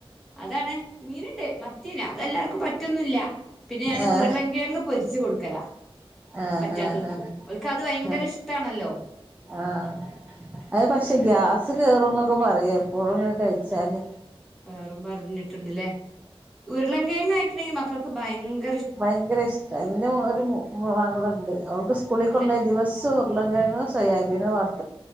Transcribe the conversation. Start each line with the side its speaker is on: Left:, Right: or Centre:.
Centre: അതാണ് മീനുണ്ട് മത്തിന് അതെല്ലാർക്കും പ പറ്റുന്നില്ല പിന്നെ ഞാൻ
Right: ആഹ്
Centre: ഉരുളങ്കിഴങ്ങ് പൊരിച്ച് കൊടുക്കലാ
Right: ആഹ്
Centre: പറ്റാത്തോൽക്ക്
Right: ആഹ് ആഹ്
Centre: ഓൽക്ക് അത് ഭയങ്കര
Right: ആഹ്
Centre: ഇഷ്ടാണല്ലോ
Right: ആഹ് അത് പക്ഷെ ഗ്യാസ് കേറുംന്നൊക്കെ പറയാ എപ്പോഴും ഇങ്ങനെ കഴിച്ചാല്
Centre: വേറും പറഞ്ഞിട്ടുണ്ട്ല്ലേ ഉരുളങ്കിഴങ്ങ് ആയിട്ടുണ്ടെങ്കി മക്കൾക്ക് ഭയങ്ക
Right: ഭയങ്കര ഇഷ്ടം എന്റെ ഒരു മകളുണ്ട് അവൾക്ക് സ്കൂളി
Centre: അത്
Right: കൊണ്ട് പോകാൻ ദിവസവും ഉരുളൻ കിഴങ്ങോ സോയാബീനോ വറ്